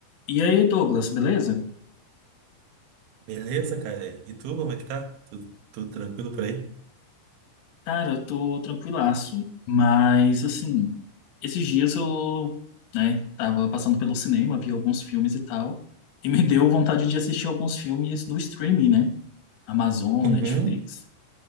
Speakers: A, on the left; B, on the right.
A: E aí, Douglas, beleza?
B: Beleza, cara? E tu, como é que tá? Tudo, tudo tranquilo por aí?
A: Cara, eu tô tranquilaço, mas assim, esses dias eu, né, tava passando pelo cinema, vi alguns filmes e tal, e me deu vontade de assistir alguns filmes no streaming, né? Amazon,
B: Uhum.
A: Netflix.